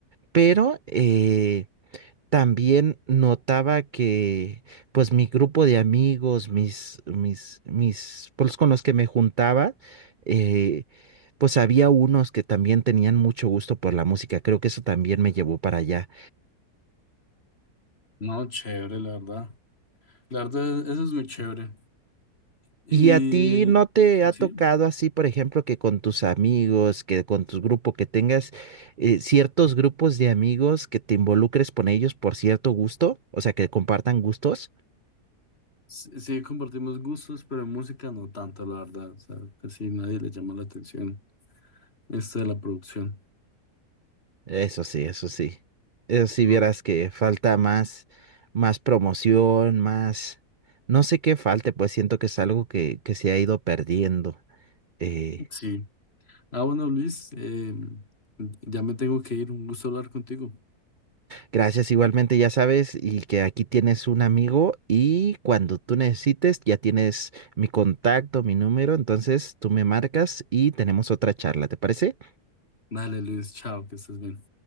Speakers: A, on the right; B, on the left.
A: Pero, eh, también notaba que, pues, mi grupo de amigos, mis, mis, mis, pues, con los que me juntaba, eh, pues había unos que también tenían mucho gusto por la música. Creo que eso también me llevó para allá.
B: No, chévere, la verdad. La verdad, eso es muy chévere. Y
A: ¿Y a ti no te ha
B: sí,
A: tocado así, por ejemplo, que con tus amigos, que con tu grupo, que tengas eh, ciertos grupos de amigos que te involucres con ellos por cierto gusto, o sea, que compartan gustos?
B: sí sí compartimos gustos, pero en música no tanto, la verdad, o sea, casi nadie le llama la atención esto de la producción,
A: Eso sí, eso sí. Eso sí,
B: ¿no?
A: vieras que falta más, más promoción, más, no sé qué falte, pues siento que es algo que, que se ha ido perdiendo. Eh,
B: Sí. Ah, bueno, Luis, eh, ya me tengo que ir. Un gusto hablar contigo.
A: gracias igualmente, ya sabes, y que aquí tienes un amigo y cuando tú necesites, ya tienes mi contacto, mi número, entonces tú me marcas y tenemos otra charla, ¿te parece?
B: Dale, Luis, chao, que estés bien.